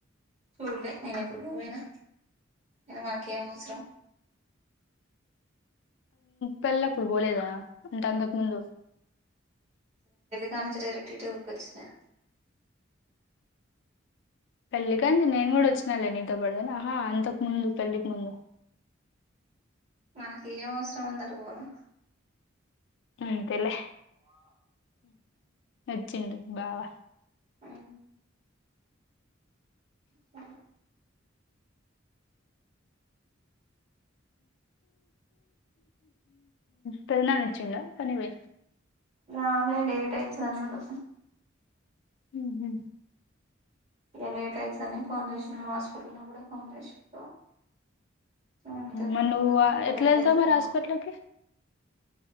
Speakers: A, on the right; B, on the left.
A: చూడలే నేను ఎప్పుడు పోపోయినా న మనక ఏం అవసరం
B: పెళ్ల్ళప్పుడు పోలేదా అంటే అంతకు ముందు
A: కాని డైరెక్ట్ ఉరుకుచ్చినే
B: పెళ్ళకిం నేను కూడా వచ్చినా లే నీతో పడుదను ఆహా అంతకు ముందు పెళ్ళికి ముందు
A: మనకి ఏం అవసరం ఉందట పోను
B: ఆ అంతేలే వచ్చిండు బావా
A: అ అ
B: పెదనాన్న వచ్చిండా పనికి పోయి
A: రాలే లేేట్ అయితుంది అన్నారు
B: హ
A: ఇక లేట్ అవుతుని ఫోన్ చేసిడు మేము హాస్పిటల్ లో కూడా ఫోన్ చేసిండు అంతే
B: మన
A: మేము
B: నువు
A: కూడా మాకు
B: ఎట్ల
A: లేట్
B: ఎల్తవ్
A: అయితది
B: మరి
A: అన్నాం
B: హాస్పిట లోకి